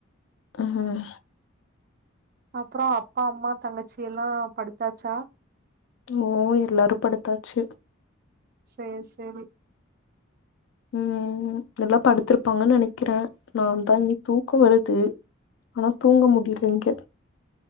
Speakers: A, on the left; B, on the right.
A: ம்ஹம்
B: அப்புறோ அப்பா அம்மா தங்கச்சில்லா படுத்தாச்சா
A: ஓ எல்லாரு படுத்தாச்சு
B: சேர் சேரி
A: உம் எல்லா படுத்திருப்பாங்கன்னு நெனைக்கிற நான்தா இனி தூக்கோ வருது ஆனா தூங்க முடில இங்க